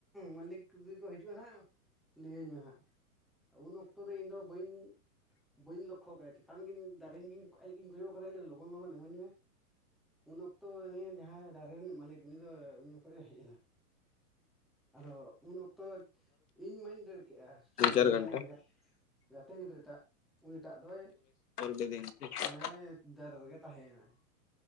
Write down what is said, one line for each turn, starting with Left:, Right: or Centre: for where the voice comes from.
Centre: ᱢᱟᱹᱞᱤᱠ ᱡᱩᱫᱤ ᱠᱚ ᱦᱤᱡᱩᱜᱼᱟ ᱦᱟᱸᱜ ᱞᱟᱹᱭᱟᱹᱧ ᱢᱮ ᱦᱟᱸᱜ ᱩᱱ ᱚᱠᱛᱚ ᱫᱚ ᱤᱧ ᱫᱚ ᱵᱟᱹᱧ ᱵᱟᱹᱧ ᱞᱚᱠᱠᱷᱚ ᱠᱟᱫᱟ ᱪᱮᱛᱟᱱ ᱜᱤᱧ ᱫᱟᱨᱮᱜᱤᱧ ᱟᱡ ᱜᱤᱧ ᱠᱚᱭᱚᱜ ᱠᱟᱫᱟ ᱞᱚᱜᱚᱱ ᱞᱚᱜᱚᱱ ᱤᱢᱟᱹᱧ ᱢᱮ ᱩᱱ ᱚᱠᱛᱚ ᱡᱟᱦᱟᱸᱭ ᱫᱟᱨᱮ ᱨᱤᱱᱤᱡ ᱢᱟᱞᱤᱠ ᱩᱱ ᱫᱚᱭ ᱩᱱ ᱡᱚᱠᱷᱚᱡ ᱮ ᱦᱮᱡ ᱱᱟᱭ ᱟᱫᱚ ᱩᱱ ᱚᱠᱛᱚ ᱤᱧ ᱢᱟᱹᱧ ᱫᱟᱹᱲ ᱠᱮᱜᱼᱟ ᱟᱫᱚ
Left: ᱪᱟᱨ
Centre: ᱡᱟᱦᱟᱸᱭ
Left: ᱜᱷᱚᱱᱴᱟ
Centre: ᱜᱟ ᱜᱟᱛᱮ ᱜᱤᱫᱽᱨᱟᱹ ᱴᱟᱜ ᱩᱱᱤ ᱴᱟᱜ ᱫᱚᱭ
Left: <unintelligible>
Centre: ᱢᱟᱱᱮ ᱫᱟᱨᱮ ᱨᱮᱜᱮ ᱛᱟᱦᱮᱸᱭᱱᱟᱭ